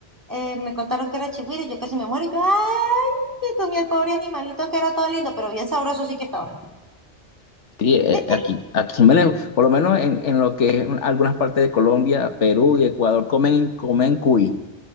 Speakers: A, on the right (about 15°); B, on the left (about 80°).
A: eh, me contaron que era chigüiro y yo casi me muero y yo, ay, me comí el pobre animalito que era todo lindo, pero bien sabroso sí que estaba.
B: Sí, eh,
A: <laughs>
B: aquí, aquí en Venezuela, por lo menos en, en lo que es algunas partes de Colombia, Perú y Ecuador, comen, comen cuy.